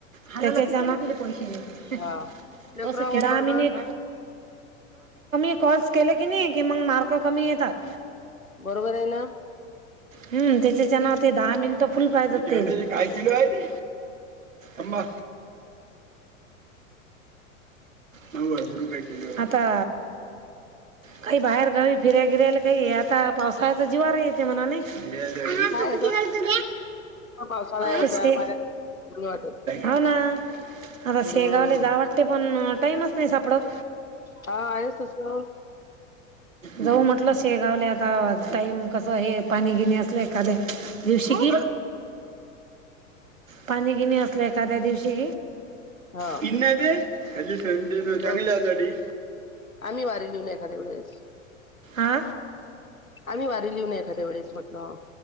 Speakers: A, on the right; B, on the left.
A: हलवले की पैसे येतील.
B: हा. लेकरं
A: हा ते
B: मग
A: कमी
B: करतात
A: क. कॉस केले की नाही की मग मार्क कमी येतात.
B: बरोबर हाय ना?
A: हम् त्याच्याच्या नाव ते दहा मिनिटं फुल पाहिजेत तेला काय किलो आहे ते अममा. नऊ हजार रुपये किलो आहे आता. काही बाहेर गावी फिराय गिरायला काही येता पावसाळ्यात जीवावर येते म्हणा नाही. हा
B: काय
A: तू
B: आहे
A: भीती
B: गं
A: घालतो
B: पावसाळा यायचा
A: रे.
B: पाण्यात वाटत
A: हो ना. आता
B: हम्म
A: शेगावले जा वाटते पण टाईमच नाही साप. पडोच.
B: हा आहेच तसं
A: जाऊ म्हटल शेगावल्या आता टाइम कस हे पाणी गिणी असलं एखादे. दिवशी कि पाणी गीनी असलं एखाद्या दिवशी
B: हा
A: कि नजर खाली थंडीनं
B: ज-
A: चांगलं गडी.
B: आम्ही वारी लिऊन एखाद्या वेळेस.
A: आ?
B: आम्ही वारी लिहऊ न एखाद्या वेळेस म्हटलं.